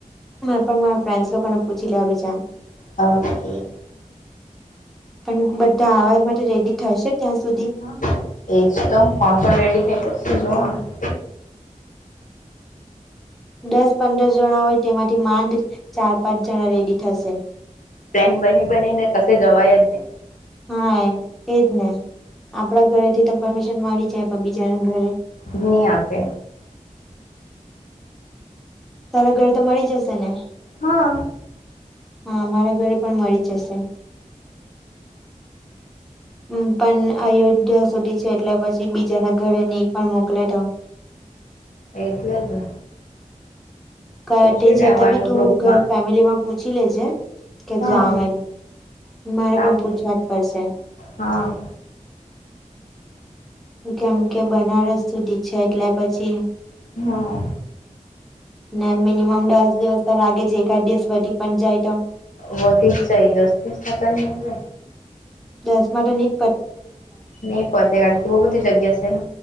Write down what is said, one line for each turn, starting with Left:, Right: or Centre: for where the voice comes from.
Centre: મેં પણ મારા ફ્રેન્ડસ લોકો ને પૂછી લેવા બીજા.
Left: ઓકે.
Centre: પણ બધા આવવા માટે રેડી થશે ત્યાં સુધી.
Left: હા એજ તો કોણ કોણ રેડી થયા પછી જોવાને.
Centre: દસ પંદર જણા હોય તેમાંથી માંડ ચાર પાંચ જણા રેડી થશે.
Left: પ્લેન બની બની ને કશે જવાય જવાય જ નહીં.
Centre: હા એ એજ ને. આપડા ઘરેથી તો પરમિશન મળી જાય પણ બીજાને ઘરે.
Left: નહી આપે.
Centre: તારા ઘર તો મળી જશે ને.
Left: હા.
Centre: હા મારા ઘરે પણ મળી જશે. હમ્મ પણ અયોધ્યા સુધી છે એટલે પછી બીજા ન ઘરે નહી પણ મોકલે તો.
Left: એટલે જ ને.
Centre: ગયા
Left: પૂછી
Centre: તે છતાં
Left: લેવાનું
Centre: બી તું
Left: ગ્રુપમાં
Centre: ફેમિલીમાં પૂછી લેજે કે
Left: હા
Centre: જાવ એમ મારે
Left: સારું
Centre: પણ પૂછવા જ પડશે.
Left: હા.
Centre: કેમ કે બનારસ સુધી છે એટલે પછી.
Left: હા.
Centre: ને મિનિમમ બે જ દિવસ તો લાગે છે એકાદ દિવસ વધી પણ જાય તો.
Left: વધી જ જાય. દસ થી સાત આઠ ને મોકલે.
Centre: દશ મા તો નિજ
Left: નઈ પોહચે કારણ કે બોવ બધી જગ્યા છે ને.